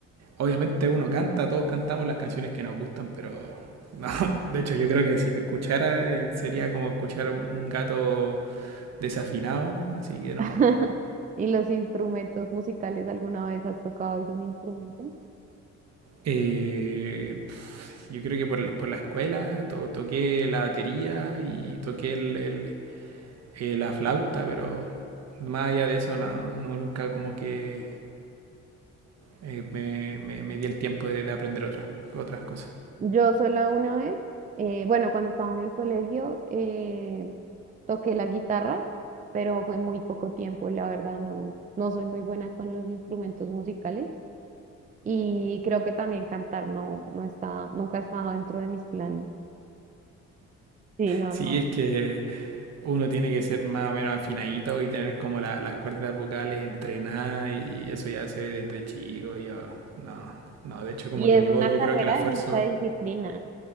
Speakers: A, on the right; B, on the right.
A: Obviamente uno canta, todos cantamos las canciones que nos gustan, pero no, <laughs> de hecho yo creo que si me escuchara eh, sería como escuchar un, un gato desafinado, así que no.
B: <laughs> ¿Y los instrumentos musicales alguna vez has tocado algún instrumento?
A: Eh, pf, yo creo que por, por la escuela to- toqué la batería y toqué el- el- eh, la flauta, pero más allá de eso no, no, nunca como que eh, me, me- me di el tiempo de, de aprender otra- otras cosas.
B: Yo sola una vez, eh, bueno, cuando estaba en el colegio, eh, toqué la guitarra, pero fue muy poco tiempo, la verdad no, no soy muy buena con los instrumentos musicales y creo que también cantar no, no está, nunca ha estado dentro de mis planes. Sí, no,
A: Sí,
B: no.
A: es que uno tiene que ser más o menos afinadito y tener como la- las cuerdas vocales entrenadas y, y eso ya se ve desde chico. Yo, no, no, de hecho como
B: Y
A: que
B: es
A: mi
B: una
A: voz yo
B: carrera
A: creo que la fuerzo,
B: de mucha disciplina.